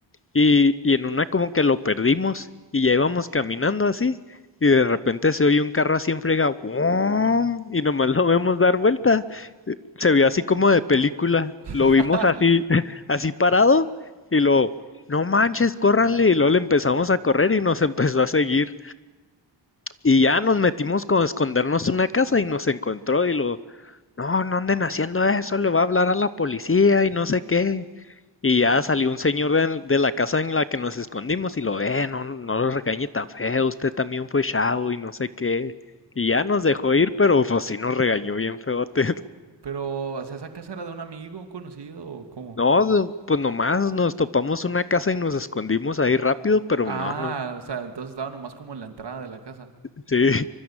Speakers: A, on the left; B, on the right.
A: y, y en una como que lo perdimos y ya íbamos caminando así y de repente se oye un carro así en frega ¡guam! y nomás lo vemos dar vuelta se vio así como de película.
B: <laughs>
A: Lo vimos así, <laughs> así parado y lo, no manches, córranle. Y luego le empezamos a correr y nos <laughs> empezó a seguir. Y ya nos metimos con escondernos en una casa y nos encontró y lo, no, no anden haciendo eso, le va a hablar a la policía y no sé qué. Y ya salió un señor de, de la casa en la que nos escondimos y lo, eh, no, no lo regañe tan feo, usted también fue chavo y no sé qué. Y ya nos dejó ir, pero pues sí nos regañó bien feote.
B: Pero, o sea, ¿esa casa era de un amigo, un conocido o cómo?
A: No, no, pues nomás nos topamos una casa y nos escondimos ahí rápido, pero
B: Ah,
A: no, no.
B: o sea, entonces estaba nomás como en la entrada de la casa.
A: Sí,